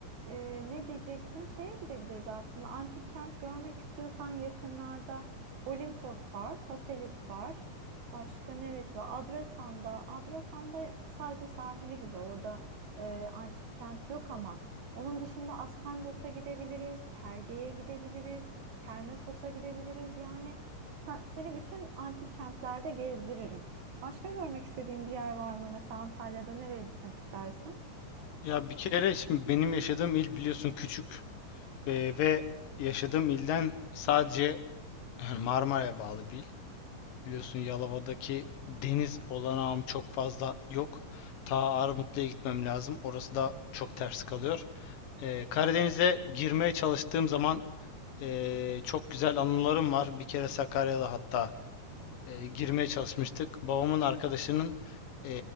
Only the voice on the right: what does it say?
E, ne diyecektim? Şeye gidebiliriz aslında. Antik kent görmek istiyorsan yakınlarda. Olimpos var, Faselis var. Başka neresi var? Adrasan'da, Adrasan'da sadece sahili güzel. Orada e, antik kent yok ama onun dışında Aspendos'a gidebiliriz, Perge'ye gidebiliriz, Termessos'a gidebiliriz. Yani sen- seni bütün antik kentlerde gezdiririm. Başka görmek istediğin bir yer var mı? Mesela Antalya'da nereye gitmek istersin?